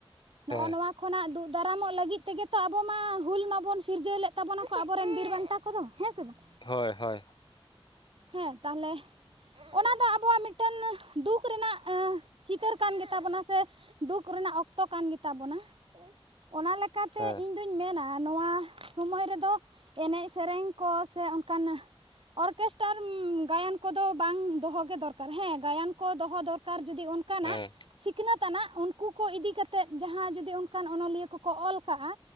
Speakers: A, on the right (about 65°); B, on the left (about 55°).
A: ᱱᱚᱜᱼᱚ
B: ᱦᱮᱸ
A: ᱱᱚᱣᱟ ᱠᱷᱚᱱᱟᱜ ᱫᱩᱜ ᱫᱟᱨᱟᱢᱚᱜ ᱞᱟᱹᱜᱤᱫ ᱛᱮᱜᱮ ᱛᱚ ᱟᱵᱚ ᱢᱟ ᱦᱩᱞ ᱢᱟᱵᱚᱱ ᱥᱤᱨᱡᱟᱹᱣ ᱞᱮᱫ ᱛᱟᱵᱚᱱᱟᱠᱚ ᱟᱵᱚᱨᱮᱱ ᱵᱤᱨ ᱵᱟᱱᱴᱟ ᱠᱚ ᱠᱚᱫᱚ ᱦᱮᱸ ᱥᱮ ᱵᱟᱝ
B: ᱦᱳᱭ ᱦᱳᱭ
A: ᱦᱮᱸ ᱛᱟᱦᱚᱞᱮ ᱚᱱᱟ ᱫᱚ ᱟᱵᱚᱣᱟᱜ ᱢᱤᱫᱴᱮᱱ ᱫᱩᱠ ᱨᱮᱱᱟᱜ ᱪᱤᱛᱟᱹᱨ ᱚᱱᱟ ᱥᱮ ᱫᱩᱠ ᱨᱮᱱᱟᱜ ᱚᱠᱛᱚ ᱠᱟᱱ ᱜᱮᱛᱟᱵᱚᱱᱟ ᱚᱱᱟ ᱞᱮᱠᱟᱛᱮ
B: ᱦᱮᱸ
A: ᱤᱧᱫᱚᱧ ᱤᱧ ᱢᱮᱱᱟ ᱱᱚᱣᱟ ᱥᱚᱢᱚᱭ ᱨᱮᱫᱚ ᱮᱱᱮᱡ ᱥᱮᱨᱮᱧ ᱠᱚ ᱥᱮ ᱚᱱᱠᱟᱱ ᱚᱨᱜᱮᱥᱴᱟᱨ ᱜᱟᱭᱟᱱ ᱠᱚᱫᱚ ᱵᱟᱝ ᱫᱚᱦᱚᱜ ᱜᱮ ᱫᱚᱨᱠᱟᱨ ᱦᱮᱸ ᱜᱟᱭᱟᱱ ᱠᱚ ᱫᱚᱦᱚ ᱫᱚᱨᱠᱟᱨ ᱡᱩᱫᱤ ᱚᱱᱠᱟᱱᱟᱜ
B: ᱦᱮᱸ
A: ᱥᱤᱠᱷᱱᱟᱹᱛ ᱟᱱᱟᱜ ᱩᱱᱠᱩ ᱠᱚ ᱤᱫᱤ ᱠᱟᱛᱮ ᱡᱟᱦᱟᱸ ᱡᱩᱫᱤ ᱚᱱᱠᱟᱱ ᱚᱱᱚᱞᱤᱭᱟᱹ ᱠᱚᱠᱚ ᱚᱞ ᱠᱟᱜᱼᱟ